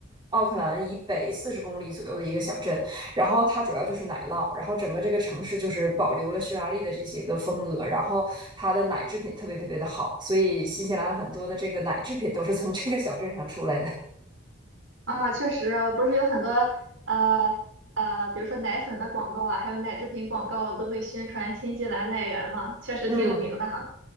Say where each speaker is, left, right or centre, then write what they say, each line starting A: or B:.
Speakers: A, on the right (about 25°); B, on the right (about 65°).
A: 奥克兰以北四十公里左右的一个小镇。然后它主要就是奶酪，然后整个这个城市就是保留了匈牙利的这些个风格，然后它的奶制品特别特别的好，所以新西兰很多的这个奶制品都是从这个小镇上出来的。
B: 啊，确实，不是有很多呃呃，比如说奶粉的广告啊，还有奶制品广告都会宣传新西兰奶源嘛，确实挺有名的哈。
A: 嗯